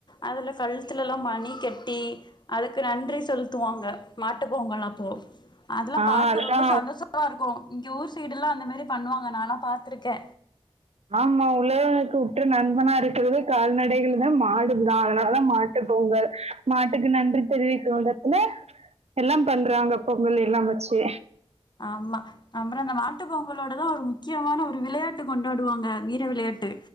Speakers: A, on the left (about 45°); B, on the right (about 80°).
A: அதுல கழுத்துல எல்லா மணி கட்டி அதுக்கு நன்றி சொலுத்துவாங்க மாட்டுப்பொங்கல்லப்போ அதெல்லா
B: ஆ
A: பாக்க
B: அதா
A: ரொம்ப சந்தோஷோ ரா இருக்கு இங்க ஊர் சைடு எல்லா அந்த மேரி பண்ணுவாங்க நானெல்ல பாத்திருக்கே
B: ஆமா உழேகனுக்கு உட்ற நண்பனா இருக்குறது கால்நடைகள் தா மாடுகுதா அதனாலதா மா ட்டு பொங்கல் மாட்டுக்கு நன்றி தெரிவிக்கு விதத்துல எல்லா பண்றாங்க பொங்கல் எல்லா வச்சு
A: ஆமா அப்பரோ அந்த மாட்டு பொங்கலோட தா ஒரு முக்கியமான ஒரு விளையாட்டு கொண்டாடுவாங்க வீர விளையாட்டு